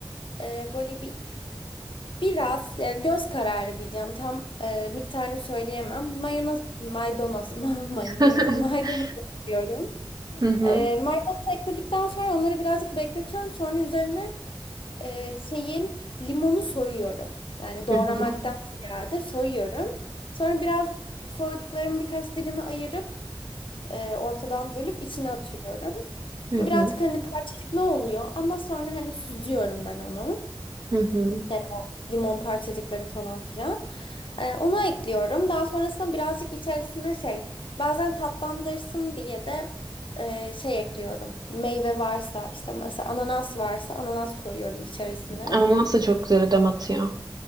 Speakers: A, on the left; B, on the right.
A: e, böyle bir biraz yani göz kararı diyeceğim. Tam e, miktarını söyleyemem. mayonoz, maydanoz, <laughs> maydanoz,
B: <laughs>
A: maydanoz koyuyorum.
B: Hı hı.
A: E, maydanozu ekledikten sonra onları birazcık bekletiyorum. Sonra üzerine e, şeyi limonu soyuyorum. Yani doğramaktan
B: Hı hı.
A: ziyade soyuyorum. Sonra biraz soyduklarımı birkaç dilime ayırıp e, ortadan bölüp içine atıyorum.
B: Hı
A: Bu
B: hı.
A: birazcık hani parçacıklı oluyor ama sonra hani süzüyorum ben onu.
B: Hı hı.
A: Yani o limon parçacıkları falan filan. Ee, onu ekliyorum. Daha sonrasında birazcık içerisine şey bazen tatlandırsın diye de e, şey ekliyorum. Meyve varsa işte mesela ananas varsa ananas koyuyorum içerisine.
B: Ama nasıl çok güzel ödem atıyor.